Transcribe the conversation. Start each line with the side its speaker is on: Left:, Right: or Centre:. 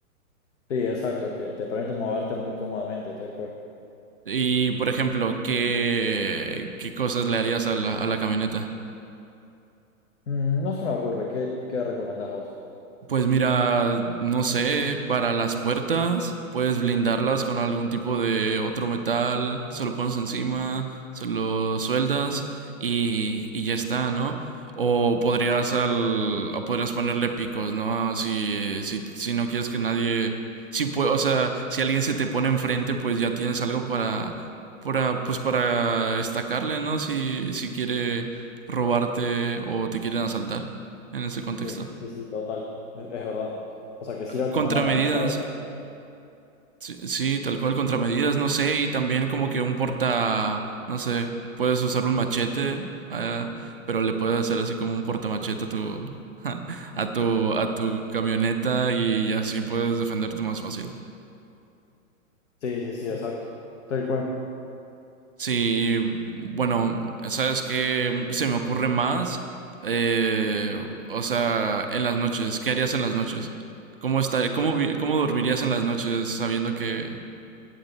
Left: Sí, exacto, que te permite moverte muy cómodamente, tal cual.
Right: Y, por ejemplo, ¿qué, qué cosas le harías a la, a la camioneta?
Left: Mm, no se me ocurre, ¿qué, qué recomendás vos?
Right: Pues mira, no sé, para las puertas puedes blindarlas con algún tipo de otro metal, se lo pones encima, se lo sueldas y, y ya está, ¿no? O podrías al, o podrías ponerle picos, ¿no? Si, si, si no quieres que nadie, si pue- o sea, si alguien se te pone enfrente, pues ya tienes algo para, para, pues para estacarle, ¿no? Si, si quiere robarte o te quieren asaltar en ese contexto.
Left: Sí, sí, sí, total. Es, es verdad. O sea, que sirva
Right: Contramedidas.
Left: como una herramienta de...
Right: Sí, sí, tal cual, contramedidas, no sé, y también como que un porta, no sé, puedes usar un machete, eh, pero le puedes hacer así como un portamachete a tu, <laughs> a tu, a tu camioneta y así puedes defenderte más fácil.
Left: Sí, sí, sí, exacto. Tal cual.
Right: Sí, y, bueno, sabes qué se me ocurre más, Eh, o sea, en las noches, ¿qué harías en las noches? ¿Cómo estar, cómo, vi- cómo dormirías en las noches sabiendo que,